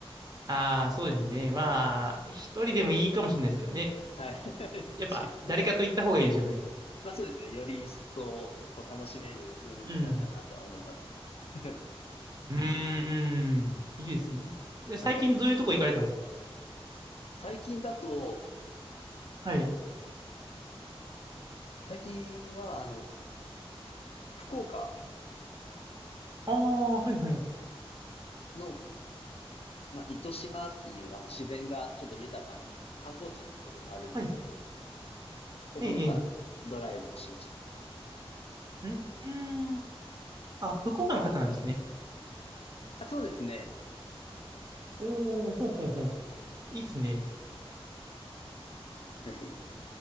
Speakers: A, on the right (about 40°); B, on the left (about 75°).
A: ああ、そうですね。まあ、一人でもいいかもしれないですけどね。
B: はい。<laughs>
A: やっぱ、
B: 確かに。
A: 誰かと行った方がいいでしょうね。
B: まあそうですね。より一層、こう、楽しめる部分にはなるかなとは思います。
A: うん。
B: <laughs>
A: うーん。いいですね。で、最近どういうとこ行かれたんですか
B: はい。最近だと、
A: はい。
B: 最近は、あの、福岡
A: ああ、はいはい。
B: の、まあ、糸島っていう、あの、自然がちょっと豊かな観光地なところがあるんですけど、
A: はい。
B: そことかドライブしました。
A: ええ、ええ。んうーん。あ、福岡の方なんですね。
B: あ、そうですね。
A: おー、ほうほうほう。いいっすね。
B: ぜひ。